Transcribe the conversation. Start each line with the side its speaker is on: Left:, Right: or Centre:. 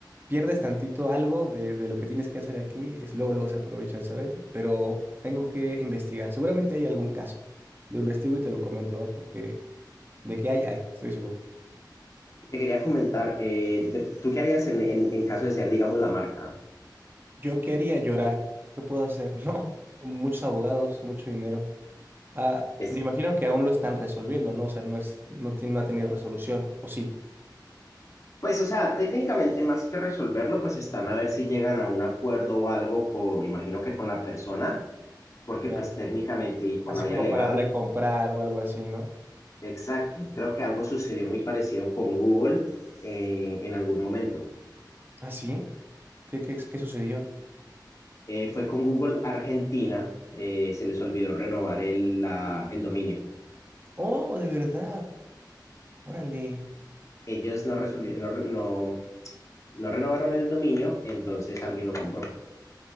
Right: pierdes tantito algo de, de lo que tienes que hacer aquí, es luego, luego se aprovechan, ¿sabes? Pero tengo que investigar. Seguramente hay algún caso. Lo investigo y te lo comento, ¿va? Porque de que hay, hay, estoy seguro.
Left: Te quería comentar, eh, de, ¿tú qué harías en, en, en caso de ser, digamos, la marca?
Right: Yo quería llorar. ¿Qué puedo hacer? <laughs> No, muchos abogados, mucho dinero. Ah,
Left: Es,
Right: me imagino que aún lo están resolviendo, ¿no? O sea, no es, no tiene, no ha tenido resolución, ¿o sí?
Left: Pues, o sea, técnicamente más que resolverlo, pues están a ver si llegan a un acuerdo o algo con, me imagino que con la persona, porque
Right: Ya.
Left: pues técnicamente y por
Right: Así
Left: la vía
Right: como
Left: legal,
Right: para recomprar o algo así, ¿no?
Left: exacto, creo que algo sucedió muy parecido con Google eh, en algún momento.
Right: ¿Ah, sí? ¿Qué, qué, qué sucedió?
Left: Eh, fue con Google Argentina, eh, se les olvidó renovar el, la- el dominio.
Right: Oh, de verdad. Órale.
Left: Ellos no, resolvi- no, re- no, no renovaron el dominio, entonces alguien lo compró.